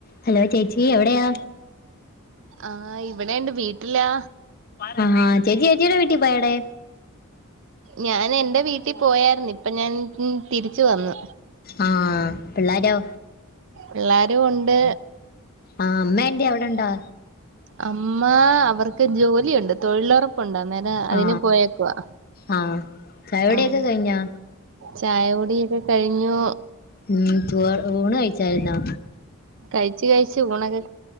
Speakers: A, on the left; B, on the right.
A: Hello ചേച്ചി എവിടെയാ?
B: ആ ഇവിടേണ്ട് വീട്ടിലാ
A: ആ ചേച്ചി ചേച്ചിയുടെ വീട്ടിപോയടേ
B: ഞാൻ എന്റെ വീട്ടി പോയാരുന്നു. ഇപ്പ ഞാൻ തിരിച്ച് വന്നു.
A: ആ പിള്ളേരോ?
B: എല്ലാരും ഒണ്ട്
A: ആഹ് അമ്മ ൻ്റി അവടെണ്ടാ?
B: അമ്മ അവർക്ക് ജോലിയുണ്ട് തൊഴിലൊറപ്പ് പ്പൊണ്ട് അന്നേരം അതിന്
A: ആ
B: പോയേക്കുവാ
A: ആ ചായവിടെയൊക്കെ
B: ആഹ്
A: കഴിഞ്ഞാ
B: ചായകുടിഒക്കെ കഴിഞ്ഞൂ
A: ഉം ഊണ് കഴിച്ചായിുന്നോ?
B: കഴിച്ച കഴിച്ചു ഉഊണക്കെ